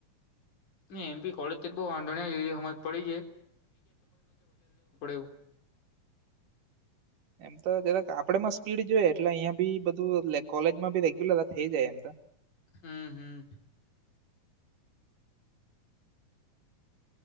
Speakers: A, on the left (about 70°); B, on the right (about 85°).
A: એમ ભી કોલેજમાં એટલો વાધો નહીં લેવું પડે, એવું.
B: એમ તો જરાક આપડા માં સ્પીડ જોઈએ, એટલે અહિયાં બી બધું કોલેજ માં ભી રેગ્યુલર થઈ જાય, એમ તો.
A: હમ, હમ.